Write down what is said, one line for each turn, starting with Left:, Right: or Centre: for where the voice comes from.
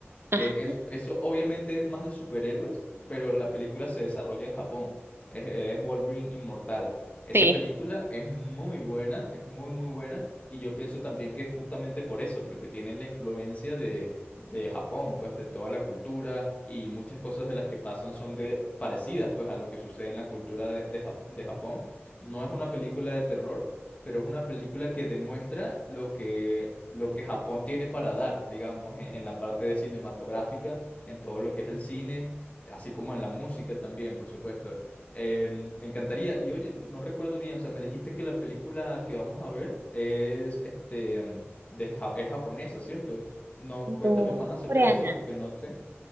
Right: Ajá,
Left: que es- eso obviamente es más de superhéroes, pero la película se desarrolla en Japón. Es, es Wolverine Inmortal. Esa
Right: sí.
Left: película es muy buena, es muy muy buena, y yo pienso también que es justamente por eso, porque tienen la influencia de, de Japón, pues de toda la cultura, y muchas cosas de las que pasan son de parecidas pues a lo que sucede en la cultura de, de Ja- de Japón. No es una película de terror, pero es una película que demuestra lo que, lo que Japón tiene para dar, digamos, en, en la parte de cinematográfica, en todo lo que es el cine, así como en la música también, por supuesto. Em, me encantaría, y oye, no recuerdo bien, o sea, me dijiste que la película que vamos a ver es, este, em, de, Ja- es japonesa, ¿cierto? No, cuéntame
Right: No,
Left: más
Right: es
Left: acerca
Right: coreana.
Left: de eso, porque no sé.